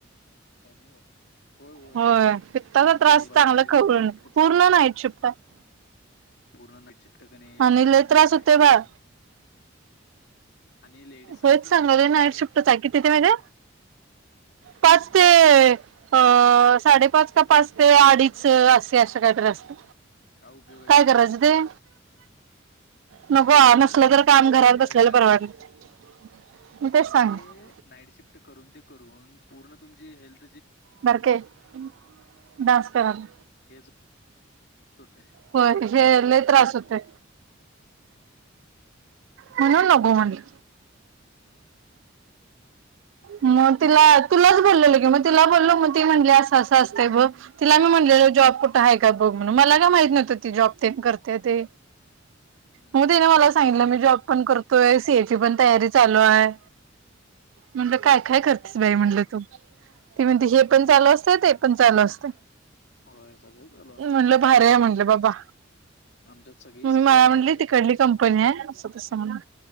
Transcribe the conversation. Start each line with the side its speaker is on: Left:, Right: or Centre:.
Left: होज नाही बाबा होय हो नाईड
Right: होय
Left: शिफ्ट
Right: पित्ताचा त्रास
Left: हे बर
Right: चांगला
Left: नाही कर
Right: खवळून
Left: नाईट शिफ्टच
Right: पूर्ण
Left: झाले नाही
Right: नाईट शिफ्ट आहे
Left: पूर्ण नाईट शिप्टकणे
Right: आणि
Left: चांगली
Right: लय
Left: नाही
Right: त्रास होतोय
Left: आहे
Right: बाळ
Left: आणि लेडीजसाठी
Right: होयच
Left: तर
Right: सांगले
Left: उपयोगच
Right: नाईट
Left: नाही.
Right: शिफ्ट चा की तिथे म्हणज पाच ते अ साडे पाच पाच ते अडी स असी अशे काहीतरी असत
Left: काय उपयोगाची
Right: काय कराज
Left: ती
Right: ते नको
Left: याला धड
Right: नसलं
Left: झोप
Right: तर काम
Left: पण नाही
Right: घरात
Left: आणि
Right: बसलेलं
Left: धड कायच
Right: परवडतंय
Left: नाही
Right: मी तेच
Left: आणि
Right: सांगते
Left: ते नाईट शिफ्ट करून ते करून पूर्ण तुमची हेल्थ
Right: बरक ांस करला
Left: हेच होतय
Right: होय
Left: वाटच
Right: हे
Left: लागते.
Right: लय त्रास होतय. म्हणून नघो म्हणलं. मग तिला तुलाच बोललेल कि मग तिला बोललो मग ती म्हटली असं असं अस ब तिला मी म्हणलेल जॉब कुठं आहे का बघ म्हण मला का माहित नवतं. जॉब ते करते ते.
Left: हम्म
Right: मग
Left: हम्म
Right: तिने मला सांगितलं मी जॉब पण करतोय सीए ची पण तयारी चालू आहे. म्हणलं
Left: होय
Right: काय काय करतेस बाई म्हणटलं तू ते म्हणते हे पण चालू असते ते पण चालू असते.
Left: होय सगळं चालू असतय.
Right: म्हणलं भारी आहे म्हणलं बाबा.
Left: आमच्यात सगळी
Right: मला
Left: सगळी कामाला
Right: म्हटली
Left: आहेत
Right: तिकडली
Left: काय तर
Right: कंपनी
Left: काय तर
Right: आहे असं तस म्हणा